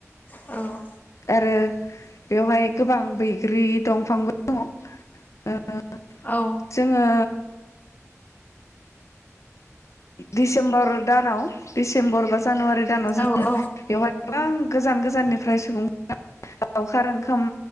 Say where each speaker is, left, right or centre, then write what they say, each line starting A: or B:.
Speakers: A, on the left; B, on the left.
A: औ
B: आरो बेवहाय गोबां बैग्रि दंफांबो दङ ओ
A: औ
B: जोङो, दिडिसेम्बर दानाव डिसेम्बर बास जानुवारि दानाव
A: औ
B: जोङो
A: औ
B: बेवहाय गोबां गोजान गोजाननि फ्राय सुबुं लावखार ओंखाम